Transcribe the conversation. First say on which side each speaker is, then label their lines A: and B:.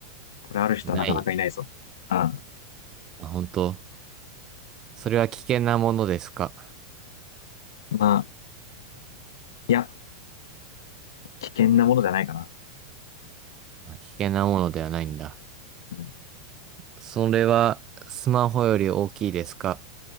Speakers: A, on the left; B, on the right.
A: これある人はなかなかいないぞ。
B: ない。
A: うん。
B: あ、本当。それは危険なものですか
A: まあ、いや、危険なものじゃないかな。
B: あ、危険なものではないんだ。
A: うん。
B: それはスマホより大きいですか